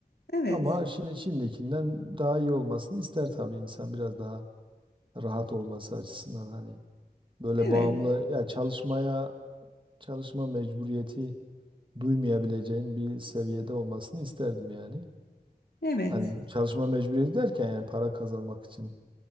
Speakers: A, on the left (about 85°); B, on the right (about 30°).
A: Evet.
B: Ama şi- şimdikinden daha iyi olmasını ister tabii insan biraz daha rahat olması açısından hani böyle
A: Evet.
B: bağımlı ya çalışmaya çalışma mecburiyeti duymayabileceğin bir seviyede olmasını isterdim yani.
A: Evet.
B: Hani çalışma mecburiyeti derken yani para kazanmak için